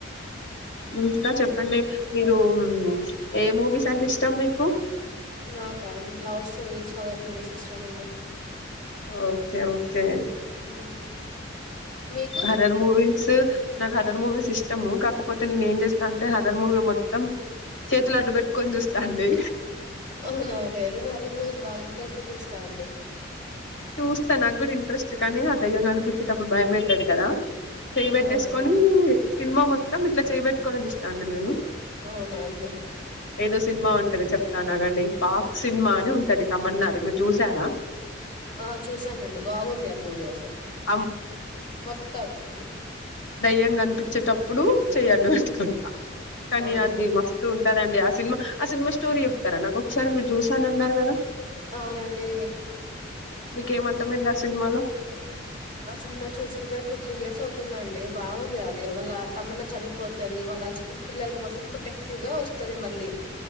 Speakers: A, on the left (about 70°); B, on the left (about 25°).
A: ఇంకా చెప్పండి మీరు ఏ మూవీస్ అంటే ఇష్టం మీకు
B: నాకాండి లవ్ స్టోరీస్ హారర్ మూవీస్ ఇష్టం అండి
A: ఓకే ఓకే
B: హ్మ్. మీకు
A: హరర్ మూవీ సో నాకు హారర్ మూవీస్ ఇష్టము కాకపోతే నేను ఏం చేస్తా అంటే హారర్ మూవీ మొత్తం చేతులు అడ్డు పెట్టుకొని చూస్తా అండి
B: అవునా అండి నేను హారర్ మూవీస్ బాగా ఇంట్రెస్ట్ గా చూస్తా అండి
A: చూస్తా నాకు కూడా ఇంట్రెస్ట్ కానీ ఆ దయ్యంగా అనిపించేటప్పుడు భయం అయితాది కదా చేయి
B: అవునా
A: పెట్టేసుకొని
B: అండి
A: సినిమా మొత్తం ఇట్లా చెయ్ పెట్టుకోనే చూస్తా అండి ళేను
B: అవునా అండి
A: ఏదో సినిమా ఉన్ తది చెప్తానాగండి పా సినిమా అని ఉంటది తమన్నా ది మీరు చూసారా
B: ఆ చూసానండి బాగుంది ఆ మూవీ అసలు
A: ఆ
B: మొత్తం ఉమ్మ్
A: దయ్యంగ కనిపిచ్చేటప్పుడు చెయ్యడ్డు పెట్టుకుంటా
B: హ్మ్.
A: కానీ
B: అవునా
A: అది
B: అండి
A: మస్తు ఉంటదండి సినిమా ఆ సినిమా స్టోరీ చెప్తారా నాకు ఒకసారి మీరు చూసానన్నారు కదా
B: అవునండి
A: మీకేం అర్థమైంది ఆ సినిమాలో
B: ఆ సినిమా చూసి కూడ టూ త్రీ ఇయర్స్ అవుతుందండి బాగుంది అది వాళ్ళ తమన్నా చనిపోతది వాళ్ళ <unintelligible> పి పిల్లల కోసం ప్రొటెక్టివ్ గా వస్తుది మళ్ళీ